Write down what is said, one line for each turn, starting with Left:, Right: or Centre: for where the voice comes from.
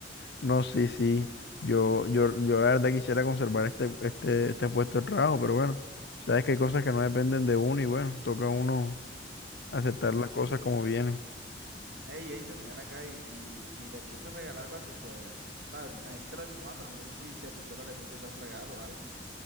Left: No, sí, sí. Yo, yo, yo la verdad quisiera conservar este, este, este puesto de trabajo, pero bueno, sabes que hay cosas que no dependen de uno y bueno, toca a uno aceptar
Right: sí,
Left: las
Right: sí.
Left: cosas como vienen.
Right: Hey, Jason, y ven acá y, y, y le piensas regalar algo a tu suegra. ¿Sabes? Me dijiste lo de tu mamá, pero no sé si, si a tu suegra le piensas dar un regalo o algo.